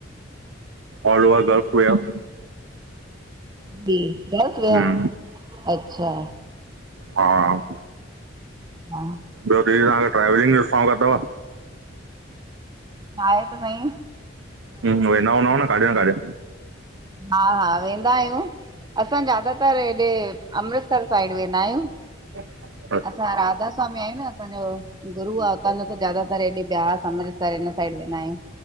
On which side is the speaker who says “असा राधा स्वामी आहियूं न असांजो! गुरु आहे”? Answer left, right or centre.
Right